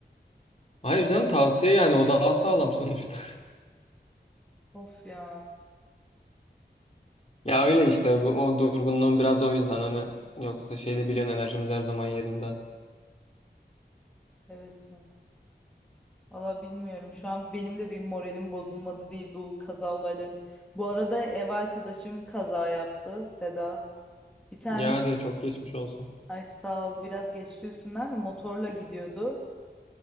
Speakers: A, on the left (about 40°); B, in the centre.
A: Hayır canım tavsiye yani o daha sağlam sonuçta. <laughs>
B: Of ya.
A: Ya öyle işte bu, o durgunluğun biraz o yüzden hani yoksa şeyde biliyorsun enerjimiz her zaman yerinde.
B: Evet. ya. Valla bilmiyorum. Şu an benim de bir moralim bozulmadı değil bu kaza olayların. Bu arada ev arkadaşım kaza yaptı Seda. Bir tane
A: Ya hadi çok geçmiş olsun.
B: ay sağ ol biraz geçti üstünden de motorla gidiyordu.